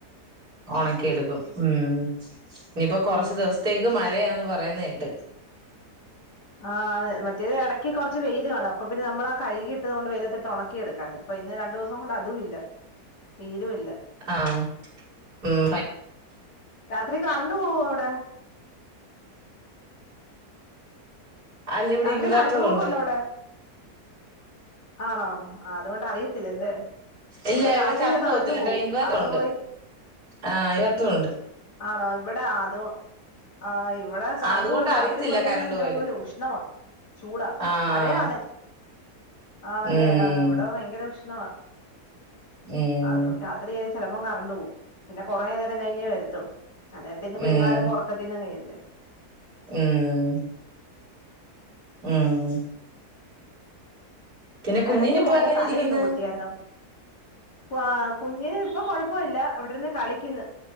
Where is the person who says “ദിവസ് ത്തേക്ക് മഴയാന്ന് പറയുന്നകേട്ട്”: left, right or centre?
Right